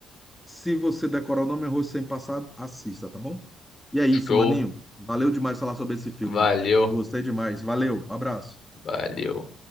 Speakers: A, in the centre; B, on the left.
A: se você decorar o nome é Arroz Sem Passado, assista, tá bom? E é isso,
B: Show.
A: maninho. Valeu demais falar sobre esse filme.
B: Valeu.
A: Gostei demais. Valeu, abraço.
B: Valeu.